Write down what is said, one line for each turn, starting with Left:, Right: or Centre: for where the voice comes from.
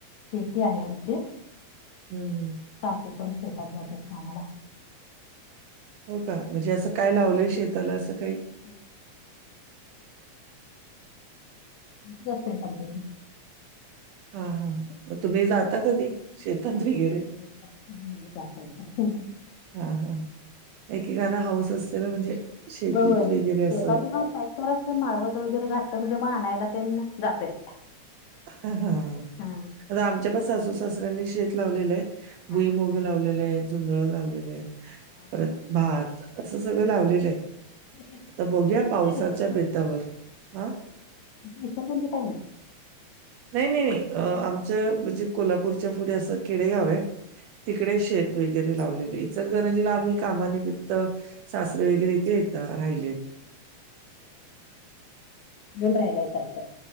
Left: शेती आहे आमची.
Right: हं.
Left: तातू पण शेतात जातेत कामाला
Right: हो का म्हणजे असं काय लावलंय शेताला असं काही
Left: हो. त दस कतेने.
Right: हा हा. मग तुम्ही जाता कधी शेतात
Left: नाही
Right: वगैरे.
Left: जाता येत
Right: हा हा एकेकाना हाऊस असते ना म्हणजे. शेतीत
Left: बहु आहे
Right: वगैरे असं
Left: शेतात ना काय. पर माळवत वगैरे घातत म्हणजे मानायला त्यांना जातय.
Right: हा
Left: हा.
Right: आता आमच्या पण सासू सासऱ्यांनी शेत लावलेलं आहे
Left: हा
Right: भुईमग.
Left: हा
Right: लावलेलं आहे झुंधळ लावलेलं आहे
Left: हा हा
Right: परत
Left: हा
Right: भात असं सगळ लावलेलं आहे.
Left: शेती
Right: तर बघया
Left: इचलकरंजीत
Right: पावसाच्या
Left: आहे.
Right: बेतावर हा.
Left: ण पणज का आहे.
Right: नाही नाही नाही आमच म्हणजे कोल्हापूरच्या पुढे असं खेडेगाव आहे. तिकडे शेत वगैरे लावलेले. चल गरंजीला आम्ही कामानिमित्त शस््रे वगैरे इथे येतात राहिलेत.
Left: घेऊन राहिला जायचं.